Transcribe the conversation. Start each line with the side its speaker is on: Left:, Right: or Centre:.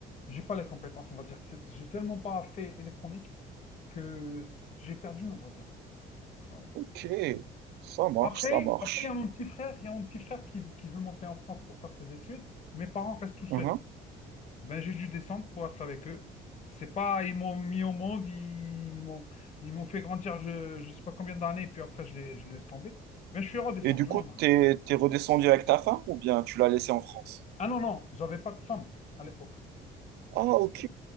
Left: j'ai pas les compétences, on va dire. C'est- J'ai tellement pas fait électronique que j'ai perdu, on va dire. Ouais, ouais.
Right: Ok, ça marche,
Left: Après,
Right: ça marche.
Left: après, il y a mon petit frère, il y a mon petit frère qui, qui veut monter en France pour faire ses études. Mes parents restent tout seuls.
Right: Mhm.
Left: Ben, j'ai dû descendre pour être avec eux. C'est pas, ils m'ont mis au monde, ils, ils m'ont, ils m'ont fait grandir, je, je sais pas combien d'années, et puis après, je les, je les laisse tomber. Ben, je suis redescendu
Right: Et du coup,
Left: en Algérie.
Right: t'es, t'es redescendu avec ta femme ou bien tu l'as laissée en France?
Left: Ah non, non, j'avais pas de femme à l'époque.
Right: Ah, ok.